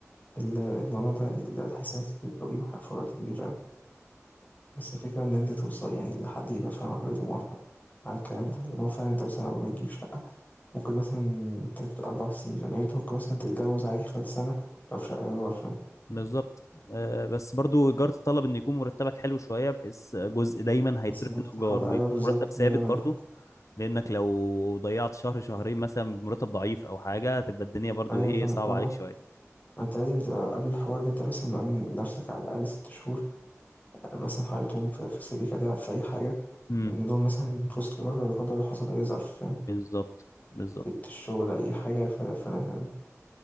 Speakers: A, on the left; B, on the left.
A: ال الموضوع ده ال هيساعد كتير أوي وهيوفر في وقت كبير أوي، بس الفكرة إن أنت توصل يعني إن حد يبقى فعلًا عقليته موافقة على الكلام ده، إن هو فعلًا أنت مثلًا قبل ما تجيب شقة ممكن مثلًا تاخد 4 سنين، فاهم، يعني أنت ممكن مثلًا تتجوز عادي خلال سنة لو في شقة إيجار، فاهم،
B: بالظبط آه، بس برضو ايجار تطلب ان يكون مرتبك حلو شويه بحيث جزء دايما هيتصرف
A: بحيث إنك
B: من
A: تحافظ
B: الايجار ويكون
A: أيوه بالضبط
B: مرتب ثابت
A: دايمًا
B: برضو لانك لو ضيعت شهر شهرين مثلا بمرتب ضعيف او حاجه هتبقى الدنيا برضو
A: أيوه
B: ايه
A: فاهم،
B: صعبه
A: آه،
B: عليك شويه
A: ما أنت لازم تبقى قبل الحوار ده أنت مثلًا مأمِّن نفسك على الأقل 6 شهور مثلا حياتهم في في السبيكة ده في أي حاجة
B: امم
A: إن دول مثلا فلوس التجارة لا قدر الله حصل أي ظرف فاهم
B: بالظبط بالظبط
A: سبت الشغل أي حاجة ف ف فاهم